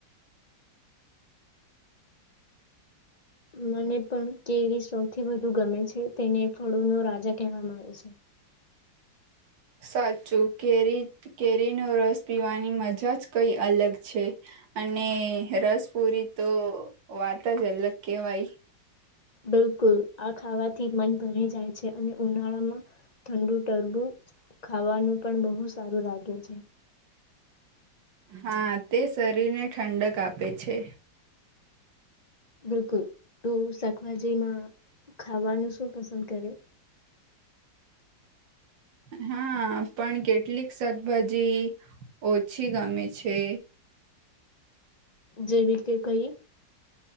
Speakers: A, on the left; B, on the right.
A: મને પણ કેરી સૌથી વધુ ગમે છે તેને ફળો નો રાજા કહેવામાં આવે છે.
B: સાચું કેરી કેરીનો રસ પીવાની મજા જ કઈ અલગ છે અને રસપુરી તો વાત જ અલગ કેવાય
A: બિલકુલ આ ખાવાથી મન ભરી જાય છે અને ઉનાળામાં ઠંડુ ટરબુચ ખાવાનું પણ બહુ સારું લાગે છે.
B: હા તે શરીરને ઠંડક આપે છે.
A: બિલકુલ તું શાકભાજીમાં ખાવાનું શું પસંદ કરે
B: હા પણ કેટલીક શાકભાજી ઓછી ગમે છે.
A: જેવી કે કઈ